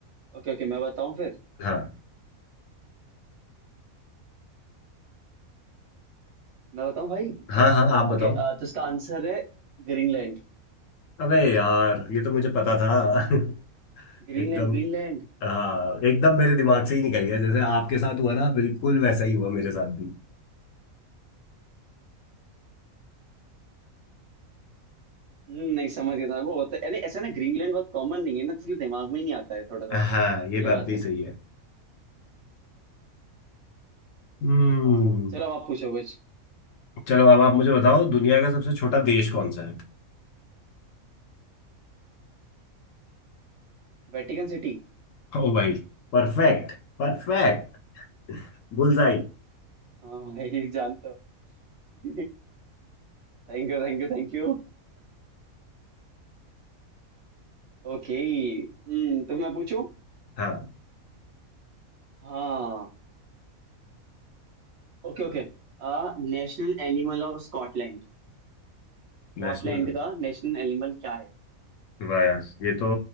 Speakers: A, on the right (about 60°); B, on the left (about 70°).
A: ओके ओके मैं बताऊँ फिर
B: हाँ
A: मैं बताऊँ भाई
B: हाँ हाँ आप
A: ओके
B: बताओ
A: आ, तो इसका आंसर है ग्रीनलैंड
B: अबे यार ये तो मुझे पता था <laughs>
A: ग्रीनलैंड
B: एकदम
A: ग्रीनलैंड
B: हाँ एकदम मेरे दिमाग से ही निकल गया जैसे आपके साथ हुआ ना बिल्कुल वैसा ही हुआ मेरे साथ भी
A: हम्म, नहीं समझ गया समझ वो होता है यानी ऐसा ना ग्रीनलैंड बहुत कॉमन नहीं है ना तो इसलिए दिमाग में ही नहीं आता है थोड़ा थोड़ा
B: हाँ ये
A: ये
B: बात
A: बात
B: भी
A: है
B: सही है हम्म
A: हाँ चलो आप पूछो कुछ
B: चलो अब आप मुझे बताओ दुनिया का सबसे छोटा देश कौन सा है
A: Vatican city
B: ओ भाई परफेक्ट परफेक्ट बुलजाई
A: हाँ भाई जानता हूँ। <laughs> Thank you thank you thank you Okay हम्म तो मैं पूछूं
B: हाँ
A: हाँ Okay okay National animal of Scotland Scotland
B: नेशनल
A: का नेशनल एनिमल क्या है
B: वायर्स ये तो